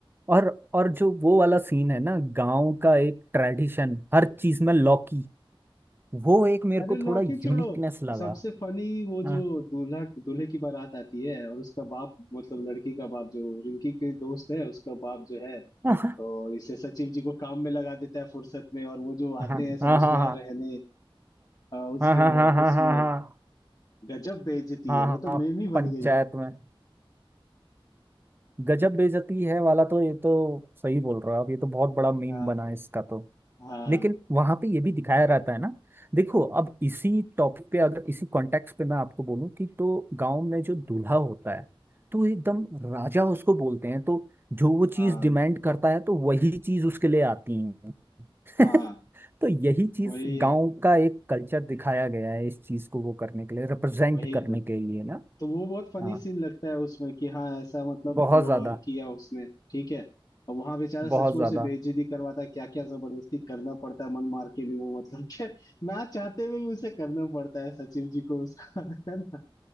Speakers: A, on the right; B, on the left.
A: और और जो वो वाला सीन है ना गांव का एक ट्रेडिशन हर चीज में लौकी वो एक मेरे
B: अरे
A: को
B: लौकी
A: थोड़ा
B: छोड़ो
A: यूनिकनेस लगा
B: सबसे फनी वो
A: हाँ
B: जो दूल्हा दूल्हे की बारात आती है और उसका बाप मतलब लड़की का बाप जो रिंकी के दोस्त है उसका बाप जो है
A: हाँ
B: तो
A: हाँ
B: इसे सचिव जी को काम में लगा देता है फुर्सत में और वो जो
A: हाँ
B: आते
A: हाँ
B: हैं
A: हाँ
B: सब उसके
A: हाँ
B: यहाँ
A: हाँ
B: रहने अ, उसके
A: हाँ हाँ हाँ
B: ऑफिस में गजब बेइज्जती
A: हाँ
B: है
A: हाँ,
B: वो तो
A: हाँ,
B: मेम ही
A: पंचायत
B: बन गई
A: में गजब बेइज्जती है वाला तो ये तो सही बोल रहे हो आप ये तो बहुत बड़ा मीम
B: हाँ
A: बना है इसका तो
B: हाँ
A: लेकिन वहां पे ये भी दिखाया रहता है ना देखो अब इसी टॉपिक पे अगर इसी कॉन्टेक्स्ट पे मैं आपको बोलूं कि तो गांव में जो दूल्हा होता है तो एकदम राजा उसको बोलते हैं तो जो वो चीज
B: हाँ
A: डिमांड करता है तो वही चीज उसके लिए आती है
B: हाँ
A: <laughs> तो यही चीज
B: वही है
A: गांव का एक कल्चर दिखाया गया है इस चीज को वो करने के लिए रिप्रेजेंट
B: वही
A: करने
B: तो
A: के लिए ना
B: तो वो बहुत फनी
A: हाँ
B: सीन लगता है उसमें कि हाँ ऐसा मतलब
A: बहुत
B: हुआ
A: ज्यादा
B: और किया उसने ठीक है और वहां बेचारा सच
A: बहुत
B: में
A: ज्यादा
B: उसे बेइज्जती करवाता है क्या क्या जबरदस्ती करना पड़ता है मन मार के भी वो मतलब <laughs> कि ना चाहते हुए भी उसे करना पड़ता है सचिव जी को उसका <laughs> है ना